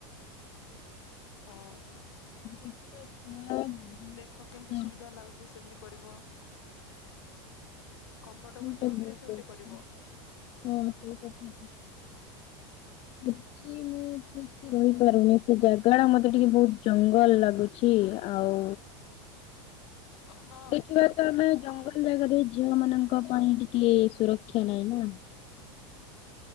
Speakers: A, on the left (about 80°); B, on the left (about 45°).
A: ହଁ
B: <unintelligible>
A: ଦେଖ କେମିତି
B: ବହୁତ
A: ସୁବିଧା ଲାଗୁଛି ସେମତି କରିବ। କମ୍ଫର୍ଟେବୁଲ ଯେଉଁଥିରେ
B: ତ ବହୁତ
A: ସେଉଟା
B: ଅଛି।
A: କରିବ।
B: ହଁ ସେଇ କଥା ତ ସେଠି ମୁଁ ଠିକ ସେ ରହିପାରୁନି ସେ ଜାଗା ଟା ମୋତେ ଟିକେ ବହୁତ ଜଙ୍ଗଲ ଲାଗୁଛି ଆଉ
A: ହଁ।
B: ଦେଖିବା ତ ଆମେ ଜଙ୍ଗଲ ଜାଗାରେ ଝିଅ ମାନଙ୍କ ପାଇଁ ଟିକେ ସୁରକ୍ଷା ନାହିଁ ନା।